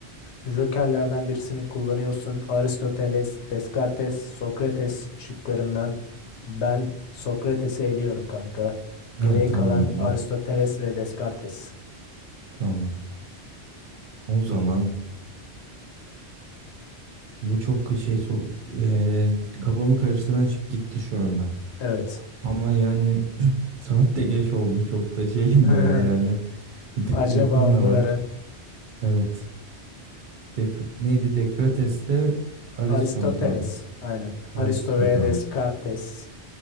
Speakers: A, on the left; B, on the right.
A: jokerlerden birisini kullanıyorsun. Aristoteles, Descartes, Sokrates şıklarından ben Sokrates'i eliyorum kanka.
B: Ha,
A: Geriye
B: tamam.
A: kalan Aristoteles
B: Oh
A: ve Descartes.
B: tamam. O zaman bu çok şey so eee, kafamı karıştıran şey gitti şu anda.
A: Evet.
B: Ama yani saat de geç oldu çok da şeyim
A: <laughs>
B: böyle yani. Bir tık
A: Acaba
B: uykum
A: mıları?
B: da var. Evet. Dek neydi? Dekrates'te Aristo
A: Aristoteles.
B: mu kaldı?
A: Aynen.
B: Aristo
A: Aristo ve
B: kaldı.
A: Descartes.